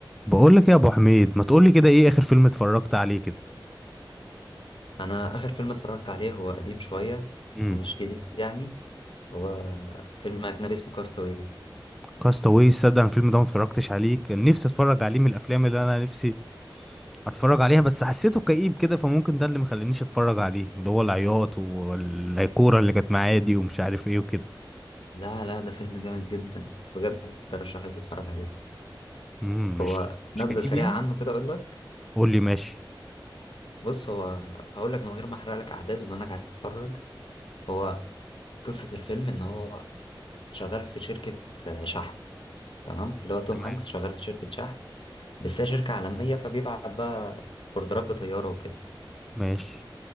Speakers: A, in the centre; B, on the left (about 80°).
A: بقول لك إيه يا ابو حميد ما تقول لي كده ايه اخر فيلم اتفرجت عليه كده
B: انا اخر فيلم اتفرجت عليه هو قديم شويه
A: امم
B: مش جديد يعني هو فيلم اجنبي اسمه كاستاوي
A: كاستاوي صدق انا الفيلم ده ما اتفرجتش عليه كان نفسي اتفرج عليه من الافلام اللي انا نفسي اتفرج عليها بس حسيته كئيب كده فممكن ده اللي مخلينيش اتفرج عليه اللي هو العياط والكوره اللي كانت معايا دي ومش عارف ايه وكده
B: لا لا ده فيلم جامد جدا بجد ارشح لك تتفرج عليه
A: امم مش
B: هو
A: مش
B: نبذه
A: كئيب
B: سريعه
A: يعني
B: عنه كده اقول لك
A: قول لي ماشي
B: بص هو هقول لك من غير ما احرق لك احداث بما انك عايز تتفرج هو قصه الفيلم ان هو شغال في شركه آه، شحن تمام اللي هو توم
A: تمام
B: هانكس شغال في شركه شحن بس هي شركه عالميه فبيبعت بقى اوردرات بطياره وكده
A: ماشي